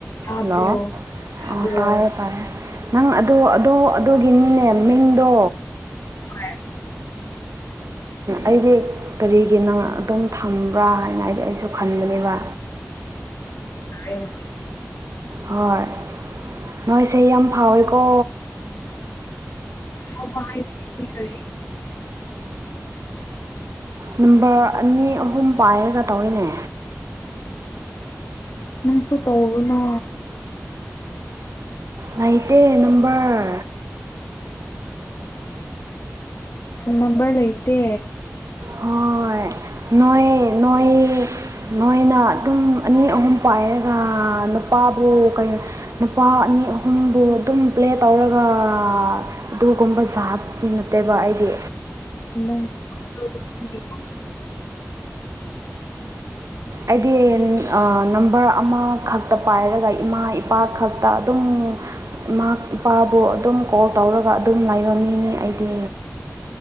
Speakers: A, on the left; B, on the right.
A: ꯇꯥꯕ꯭ꯔꯣ
B: hello
A: ꯇꯥꯕ꯭ꯔꯣ
B: ꯑ ꯇꯥꯥꯏꯌꯦ ꯇꯥꯏꯌꯦ ꯅꯪ ꯑꯗꯣ ꯑꯗꯨꯗꯣ ꯑꯗꯨꯒꯤꯅꯤꯅꯦ ꯃꯤꯡꯗꯣ
A: ꯍꯣꯢ
B: ꯑꯩꯗꯤ ꯀꯔꯤꯒꯤ ꯅꯪ ꯑꯗꯨꯝ ꯊꯝꯕ꯭ꯔꯥ ꯍꯥꯏꯅ ꯑꯩꯗꯤ ꯑꯩꯁꯨ ꯈꯟꯕꯅꯦꯕ
A: ꯎꯝ
B: ꯍꯣꯏ ꯅꯣꯏꯁꯦ ꯌꯥꯝ ꯐꯥꯎꯋꯦꯀꯣ
A: ꯐꯥꯎꯕ ꯍꯥꯏꯁꯤ ꯀꯔꯤ
B: ꯅꯝꯕꯔ ꯑꯅꯤ ꯑꯍꯨꯝ ꯄꯥꯏꯔꯒ ꯇꯧꯋꯦꯅꯦ
A: ꯅꯪꯁꯨ ꯇꯧꯗꯨꯅ
B: ꯂꯩꯇꯦ ꯅꯝꯕꯔ
A: ꯅꯝꯕꯔ ꯂꯩꯇ
B: ꯍꯣꯏ ꯅꯣꯏ ꯅꯣꯏ ꯅꯣꯏꯅ ꯑꯗꯨꯝ ꯑꯅꯤ ꯑꯍꯨꯝ ꯄꯥꯏꯔꯒ ꯅꯨꯄꯥꯕꯨ ꯀ ꯅꯨꯄꯥ ꯑꯅꯤ ꯑꯍꯨꯝꯕꯨ ꯑꯗꯨꯝ ꯄ꯭ꯂꯦ ꯇꯧꯔꯒ ꯑꯗꯨꯒꯨꯝꯕ ꯖꯥꯇꯤ ꯅꯠꯇꯦꯕ ꯑꯩꯗꯤ
A: ꯂꯩ ꯊ
B: ꯑꯩꯒꯤ ꯅꯝꯕꯔ ꯑꯃ ꯈꯛꯇ ꯄꯥꯏꯔꯒ ꯏꯃꯥ ꯏꯄꯥ ꯈꯛꯇ ꯑꯗꯨꯝ ꯏ ꯏꯄꯥꯕꯨ ꯑꯗꯨꯝ ꯀꯣꯜ ꯇꯧꯔꯒ ꯑꯗꯨꯝ ꯂꯩꯕ ꯃꯤꯅꯤ ꯑꯩꯗꯤ